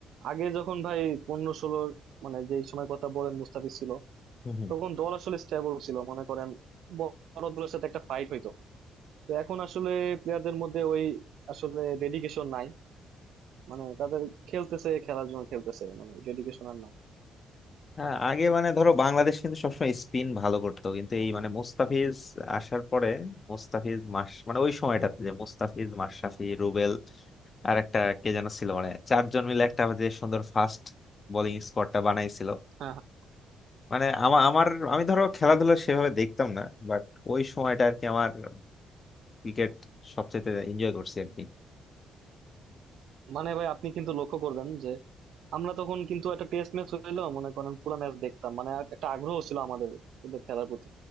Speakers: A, on the right; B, on the left.
A: আগে যখন ভাই পনেরো ষোলো মানে যেই সময় কথা বলেন মুস্তাফিজ ছিল
B: হুম হুম।
A: তখন দল আসলে স্টেবল ছিল মনে করেন বড় দলের সাথে একটা ফাইট হইতো তো এখন আসলে প্লেয়ারদের মধ্যে ওই আসলে ডেডিকেশন নাই মানে তাদের খেলতেছে খেলার জন্য খেলতেছে মানে ডেডিকেশন আর নাই
B: হ্যাঁ আগে মানে ধরো বাংলাদেশ কিন্তু সবসময় স্পিন ভালো করতো কিন্তু এই মানে মোস্তাফিজ আসার পরে মোস্তাফিজ মাস মানে ওই সময়টাতে যে মোস্তাফিজ মাশরাফি রুবেল আর একটা কে যেন ছিল মানে চারজন মিলে একটা যে সুন্দর ফাস্ট বোলিং স্কোয়াডটা বানাইছিল
A: হ্যাঁ হ্যাঁ।
B: মানে আমার আমার আমি ধরো খেলাধুলা সেভাবে দেখতাম না বাট ওই সময়টা আর কি আমার ক্রিকেট সবচেয়ে এনজয় করছি আর কি
A: মানে ভাই আপনি কিন্তু লক্ষ্য করবেন যে আমরা তখন কিন্তু একটা টেস্ট ম্যাচ হইলো মনে করেন পুরো ম্যাচ দেখতাম মানে একটা আগ্রহ ছিল আমাদের ওদের খেলার প্রতি